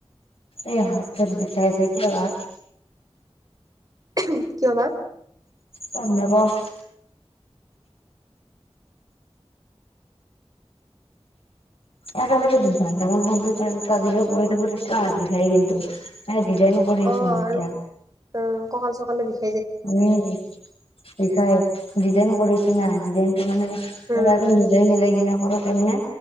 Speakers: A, on the left; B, on the right.
A: এই হাত চাত বিষাইছে। কিয় বা?
B: উমহ, কিয় বা?
A: গম নাপাওঁ। একেলগে দোকানতাৰো কম্পিউটাৰো তাজিক কৰি কৰিজি খাই কিন্তু মানে ডিজাইনো <unintelligible>
B: অ
A: এতিয়া
B: আৰু উম কঁকাল চকালো বিষ
A: উম বিষাই ডিজাইন কৰিছোঁ না ডিজাইনটো মানে মূৰাটো
B: উম
A: মিলাই মিলাই কিনে কৰোঁ তামানে,